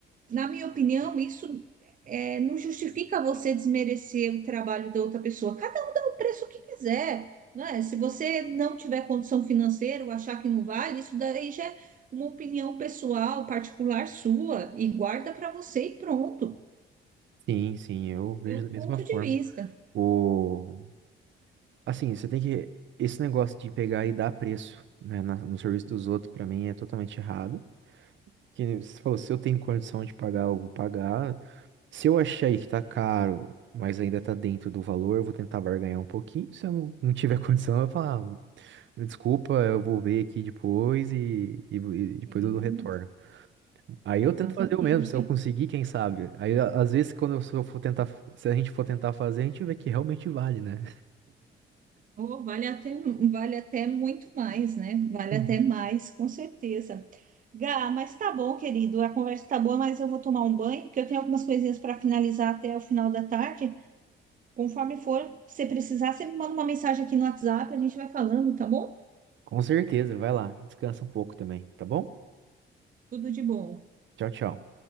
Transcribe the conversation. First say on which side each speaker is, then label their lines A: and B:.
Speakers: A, on the right; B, on the right.
A: na minha opinião, isso é, não justifica você desmerecer o trabalho da outra pessoa. Cada um dá o preço que quiser, né? Se você não tiver condição financeira ou achar que não vale, isso daí já é uma opinião pessoal, particular sua, e guarda para você e pronto.
B: Sim, sim, eu vejo
A: Meu
B: da mesma
A: ponto
B: forma.
A: de vista.
B: O... Assim, você tem que. Esse negócio de pegar e dar preço, né, na- no serviço dos outros, pra mim, é totalmente errado. Que você falou, se eu tenho condição de pagar, eu vou pagar. Se eu achar aí que tá caro, mas ainda tá dentro do valor, eu vou tentar barganhar um pouquinho. Se eu não não tiver <laughs> condição, eu vou falar, "Ah, desculpa, eu vou ver aqui depois e, e- e depois
A: Sim,
B: eu dou retorno. Aí
A: exatamente.
B: eu tento fazer o mesmo, se eu conseguir, quem sabe. Aí a- às vezes quando eu se eu for tentar, se a gente for tentar fazer, a gente vê que realmente vale, né?
A: Oh, vale até, vale até muito mais, né? Vale
B: <laughs>
A: até mais, com certeza. Gá, mas tá bom, querido. A conversa tá boa, mas eu vou tomar um banho, porque eu tenho algumas coisinhas para finalizar até o final da tarde. Conforme for, se precisar, você me manda uma mensagem aqui no WhatsApp, a gente vai falando, tá bom?
B: Com certeza, vai lá, descansa um pouco também, tá bom?
A: Tudo de bom.
B: Tchau, tchau.